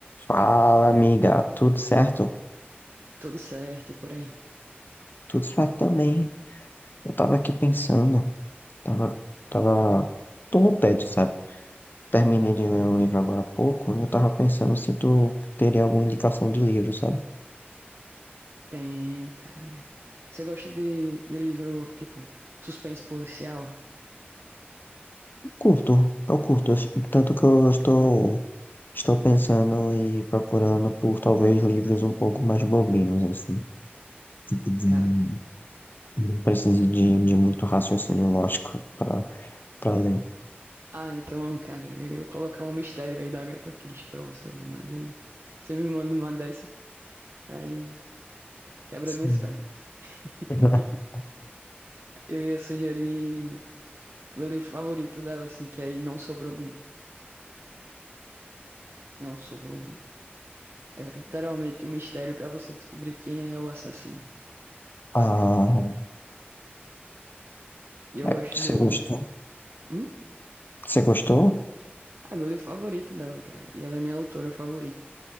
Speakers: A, on the left; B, on the right.
A: Fala, amiga, tudo certo?
B: Tudo certo e por aí.
A: Tudo certo também. Eu tava aqui pensando, tava, tava, tô no tédio, sabe? Terminei de ler um livro agora há pouco, e eu tava pensando se tu teria alguma indicação de livro, sabe?
B: Tenho, cara. Você gosta de, de livro, tipo, suspense policial?
A: Curto, eu curto, tanto que eu estou, estou pensando e procurando por talvez livros um pouco mais bobinhos, assim, de-
B: Cara.
A: não precise de, de muito raciocínio lógico para para ler.
B: Ah, então, cara, eu ia colocar um mistério aí da Agatha Christie pra você ler, mas aí você me manda uma dessa, aí quebra
A: Sim.
B: minhas pernas. <laughs>
A: <laughs>
B: Eu ia sugerir meu livro favorito dela, assim, que é aí não sobrou nem. Não sobrou nem. É literalmente um mistério pra você descobrir quem é o assassino,
A: Ah,
B: basicamente. E eu
A: É,
B: gosto
A: Você
B: do.
A: gostou?
B: Hum?
A: Você gostou?
B: Ah, meu livro favorito dela, cara. E ela é minha autora favorita.